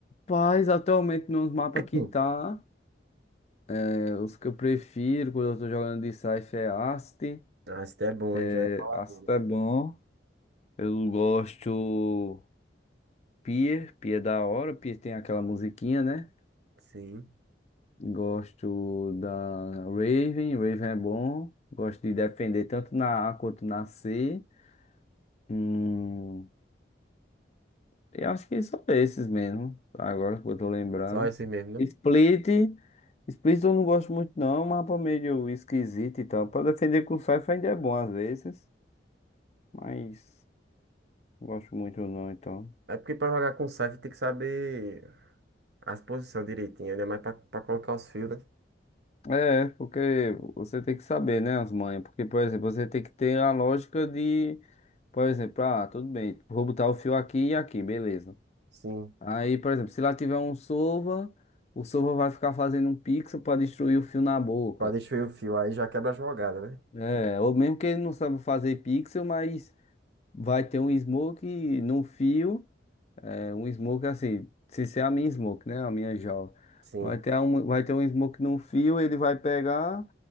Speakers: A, on the left (about 35°); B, on the right (about 65°).
A: Mas atualmente nos mapas que
B: Hum.
A: tá. É, os que eu prefiro quando eu tô jogando de Scythe é Ast.
B: Ah, esse é bom,
A: É,
B: hein? Já ia falar
A: Ast
B: dele.
A: é bom. Eu gosto Pier. Pier é da hora. Pier tem aquela musiquinha, né?
B: Sim.
A: Gosto da Raven. Raven é bom. Gosto de defender tanto na A quanto na C. Hum, eu acho que são esses mesmo. Agora que eu tô lembrando.
B: Só esse mesmo,
A: Split.
B: né?
A: Split eu não gosto muito não. Mapa meio esquisito e tal. Pra defender com Scythe ainda é bom às vezes. Mas não gosto muito não, então.
B: É porque pra jogar com Scythe tem que saber as posições direitinho, né? mais pra, pra colocar os fios, né?
A: É, porque você tem que saber, né, as manhas. Porque, por exemplo, você tem que ter a lógica de, por exemplo, ah, tudo bem, vou botar o fio aqui e aqui, beleza.
B: Sim.
A: Aí, por exemplo, se lá tiver um sova, o sova vai ficar fazendo um pixel para destruir o fio na boca.
B: Pra destruir o fio, aí já quebra a jogada, né?
A: É, ou mesmo que ele não sabe fazer pixel, mas vai ter um smoke no fio. É um smoke assim, se ser a minha smoke, né? A minha jaw.
B: Sim.
A: Vai ter um, vai ter um smoke num fio, ele vai pegar